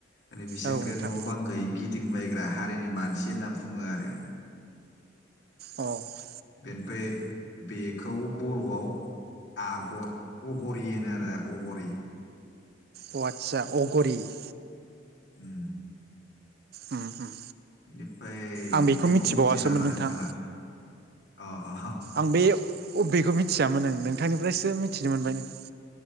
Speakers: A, on the left; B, on the right.
A: माने बिसोरखौ
B: औ नोंथां
A: न' बां गैैयै गिदिंबायग्रा हारिनि मानसि होनना बुङो आरो।
B: अ अ
A: बेनिफ्राय बेखौ बर'आव आग अगरियनो आरो अगरि।
B: अ आचसा अगरि <inaudible>
A: उम
B: उम उम
A: बेनिफ्राय
B: आं
A: बेखौ
B: मिथिबावासोमोन
A: मिथियो नामा
B: नोंथां
A: नोंथाङा अ अ
B: आं बे अबेखौ मिथियामोन न नोंथांनिफ्रायसो मिथिनो मोनबाय नोंथां